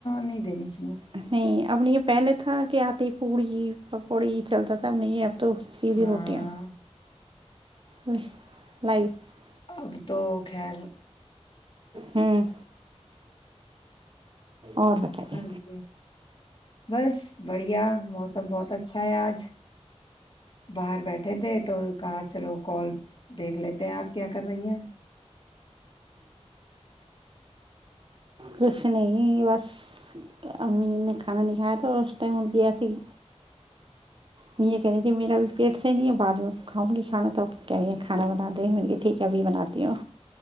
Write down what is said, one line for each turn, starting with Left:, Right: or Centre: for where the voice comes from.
Left: نہیں دینی چاہیے
Right: نہیں اپب نے یہ پہلے تھا کیا آتی پوڑی پکوڑی چلتا تھا اب نہیں ہے تو سی دی
Left: ہاں
Right: روٹیاں ہ لائی <unintelligible>
Left: ا <unintelligible> تو خیر
Right: ہوں اور بتائیے
Left: ہاں جی بس بڑھیا موسم بہت اچھا ہے آج باہر بیٹھے تھے تو کہا چلو کال دیکھ لیتے ہیں آپ کیا کر رہی ہیں
Right: کچھ نہیں بس امی نے کھانا نہیں کایا تھا تو ہ گ س میں یہ کہہ رہی تھی میرا بھی پیٹ سےحی نہیں ہے بعد میں کھاؤں گی کھانا توب کہہ رہی ہیں کھانا بنا دیں میں نے کہ ٹھیک ہے ابھی بناتی ہوں